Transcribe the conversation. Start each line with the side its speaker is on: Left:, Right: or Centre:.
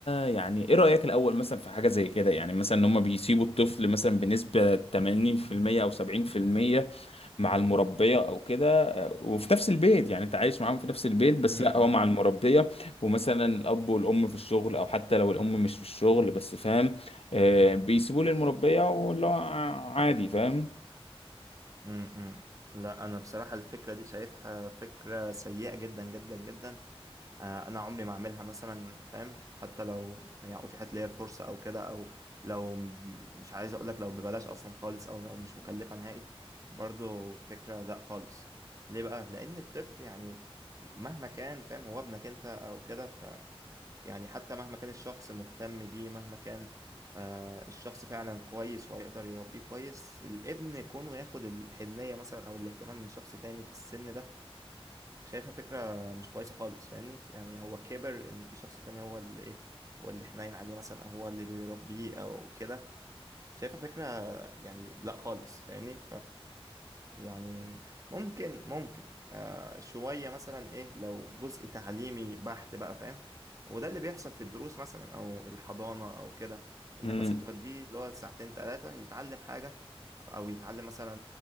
Left: يعني ايه رأيك الاول مثلا في حاجة زي كده يعني مثلا ان هم بيسيبوا الطفل مثلا بنسبة 80% او 70% مع المربية او كده آه، وفي نفس البيت يعني انت عايش معاهم في نفس البيت بس
Right: امم
Left: لا هو مع المربية ومثلا الاب والام في الشغل او حتى لو الام مش في الشغل بس فاهم آه، بيسيبوه للمربية واللي هو عادي فاهم
Right: امم لا انا بصراحه الفكره دي شايفها فكره سيئه جدا جدا جدا آه، انا عمري ما اعملها مثلا فاهم حتى لو يعني اتيحت ليا الفرصه او كده او لو م- مش عايز اقولك لو ببلاش اصلا خالص او لو مش مكلفه نهائي برضو فكره لا خالص ليه بقى لان الطفل يعني مهما كان فاهم هو ابنك انت او كده ف يعني حتى مهما كان الشخص مهتم بيه مهما كان آه الشخص فعلا كويس وهيقدر يربيه كويس الابن كونه ياخد الحنيه مثلا او الاهتمام من شخص تاني في السن ده شايفها فكرة مش كويسة خالص فاهمني يعني هو كبر ان في شخص تاني هو اللي ايه هو اللي حنين عليه مثلا او هو اللي بيربيه او كده شايفها فكرة يعني لا خالص فاهمني يعني ممكن ممكن آه شوية مثلا ايه لو جزء تعليمي بحت بقى فاهم وده اللي بيحصل في الدروس مثلا او الحضانة او كده انك
Left: امم
Right: مثلا توديه اللي هو ساعتين تلاتة يتعلم حاجة او يتعلم مثلا